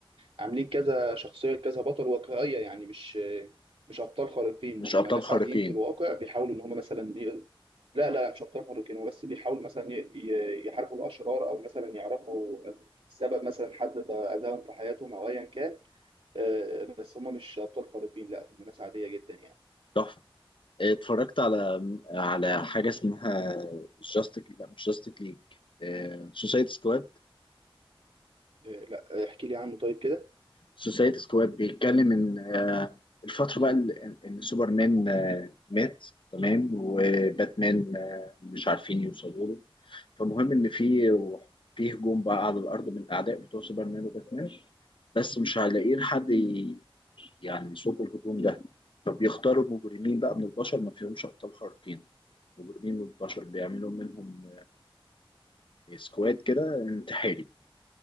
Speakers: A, on the right; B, on the left.
A: عاملين كذا شخصية كذا بطل واقعية يعني مش مش أبطال خارقين
B: مش
A: هم
B: أبطال
A: ناس
B: خارقين
A: عاديين في الواقع بيحاولوا إن هم مثلا ي- لا لا مش أبطال خارقين هم بس بيحاولوا مثلا ي- ي- يحاربوا الأشرار أو مثلا يعرفوا سبب مثلا حد أذاهم في حياتهم أو أيا كان آه، بس هم مش أبطال خارقين لا هم ناس عادية جدا يعني
B: تحفة اتفرجت على على حاجة اسمها جاستيك لا مش جاستيك ليج سوسايتي سكواد
A: آه، لا احكي لي عنه طيب كده
B: سوسايتي سكواد بيتكلم ان آه، الفترة بقى ال- ان سوبرمان آه، مات تمام وباتمان آه، مش عارفين يوصلوا له فمهم ان في في هجوم بقى على الارض من الاعداء بتوع سوبرمان وباتمان بس مش هيلاقيين حد ي- يعني يصد الهجوم ده فبيختاروا مجرمين بقى من البشر ما فيهمش ابطال خارقين مجرمين من 12 بيعملوا منهم سكواد كده انتحاري